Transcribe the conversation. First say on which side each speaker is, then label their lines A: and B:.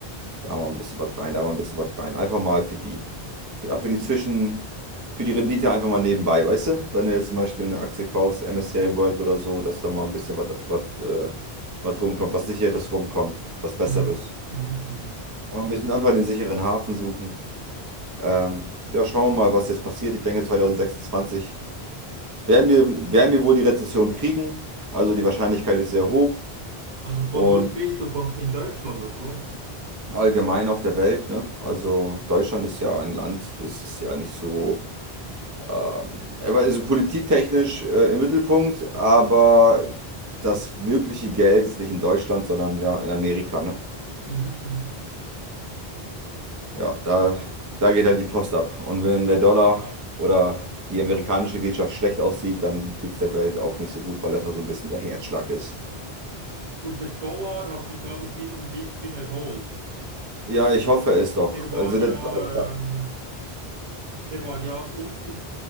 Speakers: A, on the right; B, on the right.
A: Da mal ein bisschen was rein, da mal ein bisschen was rein. Einfach mal für die ja, für die Zwischen, für die Rendite einfach mal nebenbei, weißt du? Wenn du jetzt zum Beispiel eine Aktie kaufst, MSCI World oder so, dass da mal ein bisschen was was äh, was rumkommt, was Sicheres rumkommt, was Besseres.
B: mhm, mhm, mhm.
A: Aber ein bisschen einfach den sicheren Hafen suchen. Ähm, ja, schauen wir mal, was jetzt passiert. Ich denke, 2026 werden wir, werden wir wohl die Rezession kriegen. Also die Wahrscheinlichkeit ist sehr hoch
B: Also von
A: und
B: wo sprichst du? Von in Deutschland oder wo?
A: allgemein auf der Welt, ne? Also Deutschland ist ja ein Land, das ist ja nicht so Ähm, er war also politiktechnisch äh, im Mittelpunkt, aber das wirkliche Geld ist nicht in Deutschland, sondern ja in Amerika, ne?
B: Mhm, mhm.
A: Ja, da, da geht halt die Post ab. Und wenn der Dollar oder die amerikanische Wirtschaft schlecht aussieht, dann geht es der Welt auch nicht so gut, weil das ja so ein bisschen der Herzschlag ist.
B: Gut, der Dollar hat sich, glaube ich, wieder ein bisschen erholt.
A: Ja, ich hoffe es doch.
B: Der war
A: Also der
B: ja,
A: Dollar,
B: ähm, der war ja unter